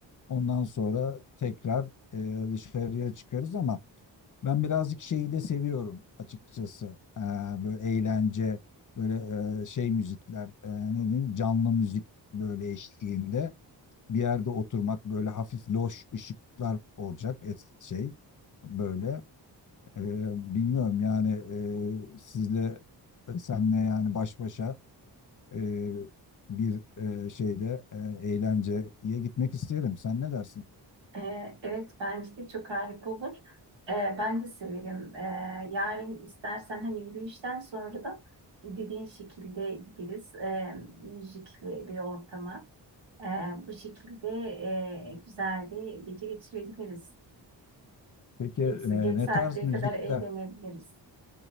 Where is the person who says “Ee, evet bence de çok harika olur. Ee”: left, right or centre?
Right